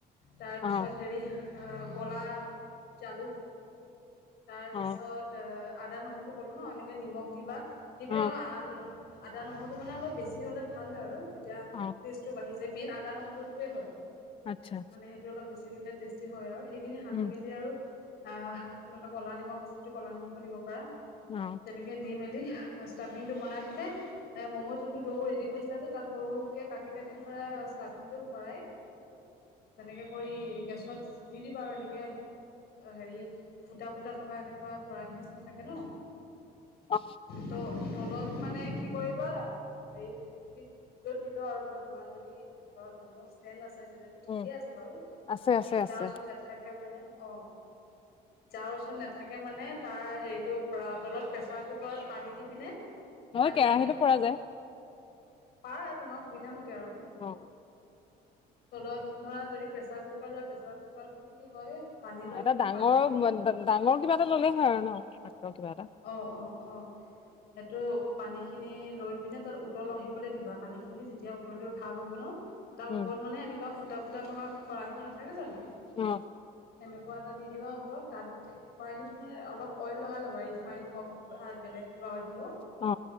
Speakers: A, on the left; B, on the left.
A: তাৰপিছত
B: অ
A: হেৰি। কলা জালুক তাৰপিছত
B: অ
A: আদা নহৰুটো ক'লোঁ ন এনেকৈ নিমখ দিবা দি পিনে
B: অ
A: অলপ আদা নহৰুটো মানে অলপ বেছি হ'লে ভাল হয় আৰু তেতিয়া
B: অ
A: টেষ্টটো বাঢ়ি যায় মেইন আদা নহৰুটোৱেই হয়।
B: আচ্ছা
A: মানে সেইটো অলপ বেছিকে টেষ্টি হয় আৰু সেইখিনি সানি
B: উম
A: মেলি আৰু আহ নহ'লে ক'লা নিমখ আছে যদি ক'লা নিমখো দিব পাৰা
B: অ
A: তেনেকে দি মেলি। ষ্টাভিংটো বনাই পিনে এ ম'ম' যোনটো দৌ ৰেডি কৰিছিলা যে তাত সৰু সৰুকে কাটি কাটি ধৰা ষ্টাভিংটো ভৰাই তেনেকে কৰি গেছত চিতি দিবা আৰু এনেকে হেৰি ফুটা-ফুটা থকা এনেকুৱা খৰাহি নিচিনা থাকে ন
B: অ
A: ত তলত মানে কি কৰি <unintelligible> হেৰি তুমি য'ত দিলো আৰু ধৰ তোমাৰ যদি ওচৰত মম ষ্টেণ্ড আছে। তেনেতো ঠিকেই
B: উম
A: আছে বাৰু
B: আছে আছে আছে
A: যাৰ ওচৰত নাথাকে মানে অ যাৰ ওচৰত নাথাকে মানে তাৰ হেৰি কৰিব তলত প্ৰেচাৰত কুকাৰত পানী দি পিনে
B: নহয়
A: পানীখিনি
B: কেৰাহীতো পৰা যায়।
A: পাৰা তোমাৰ সুবিধা মতে আৰু
B: অ
A: তলত ধৰা যদি প্ৰেচাৰ কুকাৰ লোৱা প্ৰেচাৰ কুকাৰ মানে কি হয়। পানী
B: অ
A: লৈ
B: এটা
A: পিনে
B: ডাঙৰ
A: পানীখিনি
B: ডাঙৰ কিবা এটা ল'লেই হয় আৰু ন, কিবা এটা
A: অ অ অ সেইটো, পানী খিনি লৈ পিনে তাত উতল আহিবলৈ দিবা পানী খিনি যেতিয়া উতলিব ভাপ হ'ব ন' তাৰ
B: উম
A: ওপৰত মানে এনেকুৱা ফুটা-ফুটা থকা খৰাহীবোৰ নাথাকে জানো?
B: অ
A: এনেকুৱা এটা দি-দিবা ওপৰত তাত খৰাহিটোত মানে অলপ অইল লগাই ল'বা ৰিফ ফাইন হওক বা বেলেগ কিবা অইল হ'লেও
B: অ